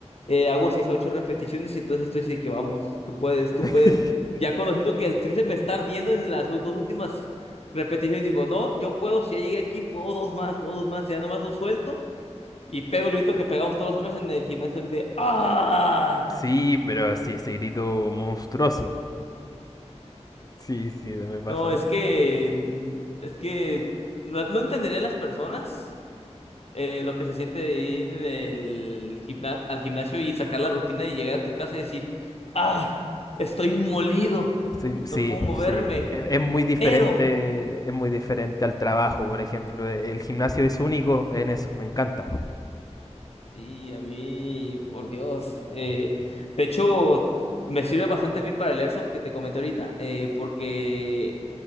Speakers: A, on the left; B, on the left.
A: eh, hago 6 a 8 repeticiones y entonces estoy así que vamos, tú puedes, tú
B: <laughs>
A: puedes. Ya conociendo que el tríceps me está ardiendo en las dos últimas repeticiones, digo, no, yo puedo, si ya llegué aquí, puedo dos más, puedo dos más, ya nomás lo suelto Y pego el grito que pegamos todos los hombres en el gimnasio, el de ¡Ah!
B: Sí, pero sí, ese grito monstruoso. Sí, sí, me pasa.
A: No, es que. Es que. No no entenderían las personas eh, lo que se siente de ir en el gimna- al gimnasio y sacar la rutina y llegar a tu casa y decir ¡Ah! Estoy molido.
B: Sí, sí,
A: No puedo moverme.
B: sí. e- Es muy diferente,
A: Pero.
B: es muy diferente al trabajo, por ejemplo. e, El gimnasio es único en eso, me encanta.
A: Y a mí, por Dios. eh, de hecho, me sirve bastante bien para el Airsoft que te comenté ahorita, eh, porque.